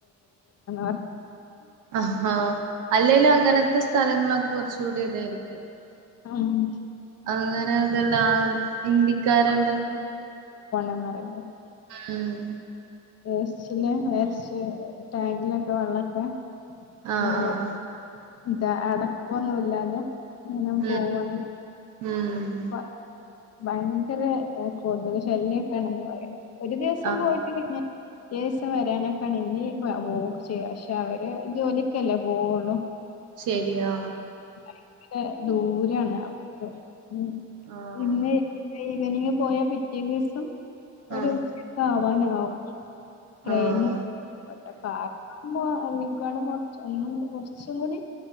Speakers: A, on the left; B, on the right.
A: <unintelligible>
B: അഹ അല്ലേലും അങ്ങനത്തെ സ്‌ഥ തലങ്ങളൊക്കെ കുറച്ചുടി ഇതായിരിക്കും
A: ആമ്
B: അങ്ങനെ അതെല്ലാം ഹിന്ദിക്കാരവിടെ
A: <unintelligible>
B: ഉം
A: വേസ്റ്റില് വേസ്റ്റ് ടാങ്കിലൊക്കെ വെള്ളൊക്കെ
B: ആ
A: അങ്ങനെ
B: ആ ആ
A: ഇതാ അടപ്പൊന്നുല്ലാതെ അങ്ങനെ
B: ഉം
A: പോവാണ്.
B: ഉം
A: പ ഭയങ്കര കൊതുകു ശല്യക്കെയാണെന്ന് പറയണ്ടായി. ഒരു ദിവസം
B: ആഹ്
A: പോയിട്ട് പിന്നെ റ്റേസം വരാനൊക്കെ ആണെങ്കി ഇപ്പ <unintelligible> പക്ഷെ അവര് ജോലിക്കല്ലേ പോവുള്ളു
B: ശരിയാ
A: ഭയങ്കരാ ദൂരാണ് അവിടക്ക് ഉം
B: ആഹ്
A: ഇന്ന് ഈ ഈവനിങ്ങ് പോയാ പിറ്റേ ദിവസം ഒരു
B: ആഹ്
A: <unintelligible> ഒ ട്രെയിനിപെട്ട
B: ആഹ്
A: <unintelligible> ആയിനേക്കാളും കുറച്ചും ഒന്നും കൊറച്ചും കൂടി